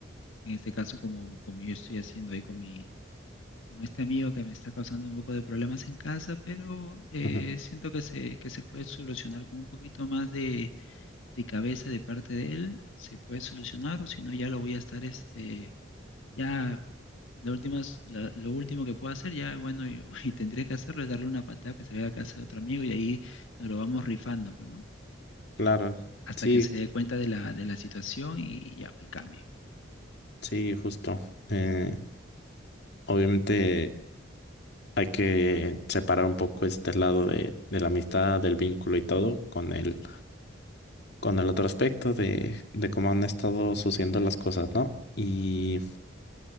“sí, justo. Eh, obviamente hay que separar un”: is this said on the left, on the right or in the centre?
Left